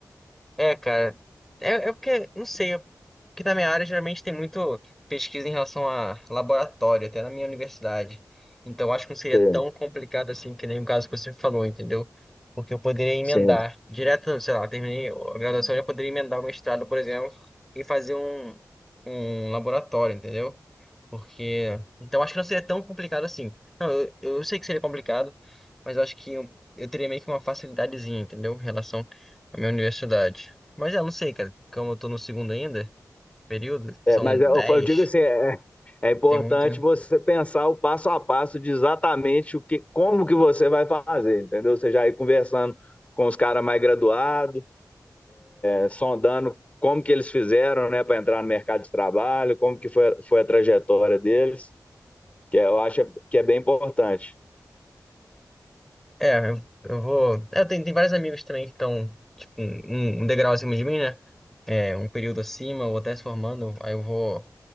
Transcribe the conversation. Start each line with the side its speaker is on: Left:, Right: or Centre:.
Centre: É, cara. É, é porque, não sei, é porque na minha área geralmente tem muito pesquisa em relação a laboratório, até na minha universidade. Então acho que não seria
Left: Sim,
Centre: tão complicado assim que nem o caso que você falou, entendeu? Porque eu poderia emendar
Left: sim.
Centre: direto, sei lá, terminei a graduação, eu já poderia emendar o mestrado, por exemplo, e fazer um, um laboratório, entendeu? Porque. Então acho que não seria tão complicado assim. Não, eu, eu sei que seria complicado, mas eu acho que eu, eu teria meio que uma facilidadezinha, entendeu? Em relação a minha universidade. Mas já não sei, cara, como eu tô no segundo ainda, período, são
Left: É, mas
Centre: 10,
Left: eu, eu digo assim, é, é é importante
Centre: tem muito.
Left: você pensar o passo a passo de exatamente o que, como que você vai fazer, entendeu? Você já ir conversando com os caras mais graduados, é, sondando como que eles fizeram, né, para entrar no mercado de trabalho, como que foi, foi a trajetória deles, que é, eu acho que é bem importante.
Centre: É, eu, eu vou. É, tem, tem vários amigos também que estão, tipo, um, um um degrau acima de mim, né? É, um período acima, ou até se formando, aí eu vou